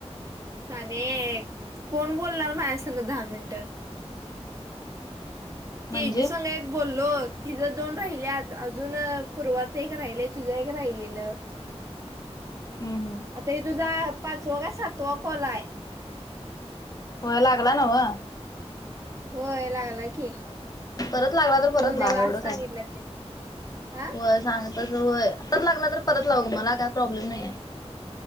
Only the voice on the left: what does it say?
म्हणजे
हम्म
हम् हम्
व्हय लागला नव्ह
परत लागला तर
परत
लाव
एवढ
काय
व्हय सांग तस व्हय परत लागला तर परत लाव ग मला काय प्रॉब्लेम नाहीय